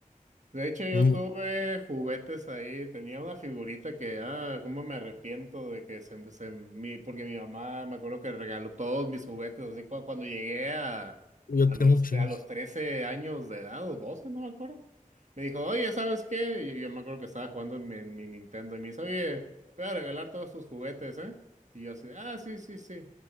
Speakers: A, on the right; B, on the left.
A: De hecho, yo
B: Mm,
A: tuve juguetes ahí, tenía una figurita que, ah, cómo me arrepiento de que se, se- mi, porque mi mamá me acuerdo que regaló todos mis juguetes, así cua- cuando llegué a,
B: yo
A: a
B: tengo
A: los,
B: un chingo.
A: a los 13 años de edad, o 12 no me acuerdo, me dijo, oye, ¿sabes qué? Y yo, me acuerdo que estaba jugando en mi, en mi Nintendo y me dice, oye, voy a regalar todos tus juguetes, ¿eh? Y yo así, ah, sí, sí, sí.